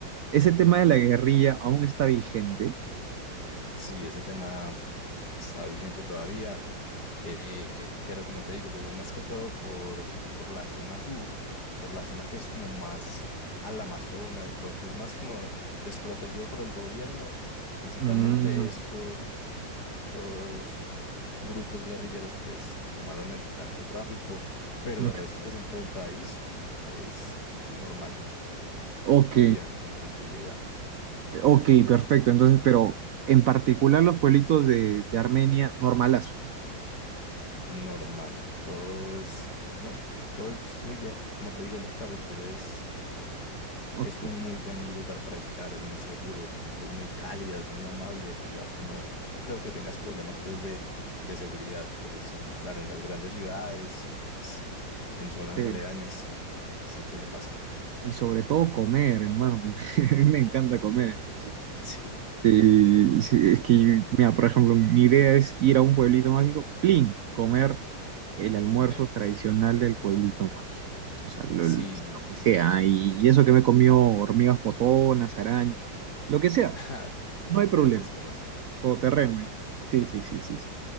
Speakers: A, on the right; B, on the left.
A: ese tema de la guerrilla aún está vigente.
B: Sí, ese tema está vigente todavía. Eh, pero como te digo, pues es más que todo por, por la zona sur, por la zona que es como más al Amazonas, lo que es más como desprotegido por el gobierno, principalmente
A: Mm.
B: estos, estos grupos guerrilleros, pues tomaron el narcotráfico, pero
A: Ujú.
B: de resto, pues en todo el país es normal,
A: Ok,
B: se puede viajar con tranquilidad,
A: ok, perfecto. Entonces, pero en particular los pueblitos de, de Armenia, normalazo.
B: normal, todo es, no, todo es muy bien, como te digo, el eje cafetero es
A: Ok.
B: es un muy buen lugar para visitar, es muy seguro, su gente es muy cálida, es muy amable. Tú acá no, no creo que tengas problemas pues de, de seguridad, pero sí, claro, en las grandes ciudades, s- en zonas
A: Eh,
B: aledañas, sí, sí suele pasar.
A: y sobre todo comer, hermano, porque <laughs> a mí me encanta comer, entonces.
B: <laughs> Sí,
A: Eh, sí, es que, mira, por ejemplo, mi idea es ir a un pueblito mágico, plin, comer el almuerzo
B: Homer,
A: tradicional del pueblito mágico. O sea, lo,
B: sí,
A: lo que sea.
B: y
A: Y, y eso que me comió hormigas potonas, arañas, lo que sea,
B: <laughs>
A: no hay
B: conoces,
A: problema.
B: conoces.
A: Todoterreno. ¿eh? Sí, sí, sí, sí, sí.